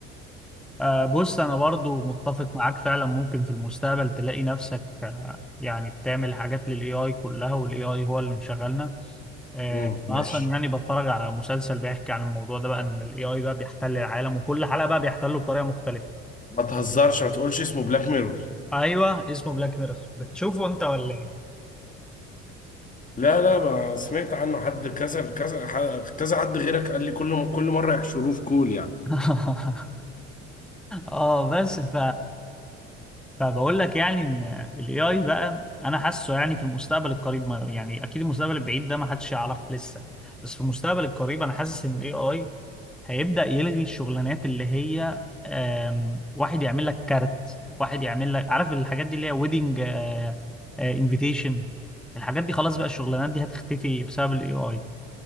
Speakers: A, in the centre; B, on the left.
A: آه، بص انا برضو متفق معاك فعلا ممكن في المستقبل تلاقي نفسك آه، يعني بتعمل حاجات للاي اي كلها والاي اي هو اللي مشغلنا آه،
B: امم ماشي
A: انا اصلا يعني بتفرج على مسلسل بيحكي عن الموضوع ده بقى ان الاي اي بقى بيحتل العالم وكل حلقة بقى بيحتله بطريقة مختلفة
B: ما تهزرش ما تقولش اسمه بلاك ميرور
A: ايوه اسمه بلاك ميرور بتشوفه انت ولا إيه؟
B: لا لا ما سمعت عنه حد كذا كذا ح- كذا حد غيرك قال لي كل كل مره يحشروه في كول يعني
A: <laughs> اه بس ف فبقول لك يعني ان الاي اي بقى انا حاسه يعني في المستقبل القريب ما يعني اكيد المستقبل البعيد ده ما حدش يعرف لسه بس في المستقبل القريب انا حاسس ان الاي اي هيبدأ يلغي الشغلانات اللي هي آم، واحد يعمل لك كارت واحد يعمل لك عارف الحاجات دي اللي هي ويدنج انفيتيشن الحاجات دي خلاص بقى الشغلانات دي هتختفي بسبب الاي اي